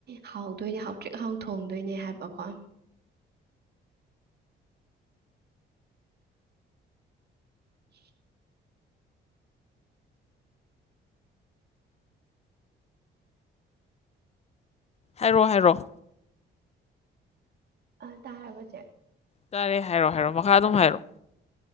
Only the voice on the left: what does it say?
ꯍꯥꯏꯔꯣ ꯍꯥꯏꯔꯣꯑꯣ
ꯇꯥꯔꯦ ꯍꯥꯏꯔꯛꯑꯣ ꯍꯥꯏꯔꯛꯑꯣ ꯃꯈꯥ ꯑꯗꯨꯝ ꯍꯥꯏꯔꯛꯣꯑꯣ